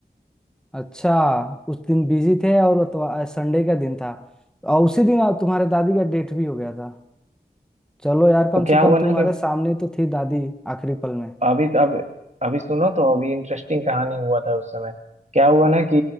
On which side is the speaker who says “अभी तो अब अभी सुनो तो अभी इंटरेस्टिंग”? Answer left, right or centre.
Right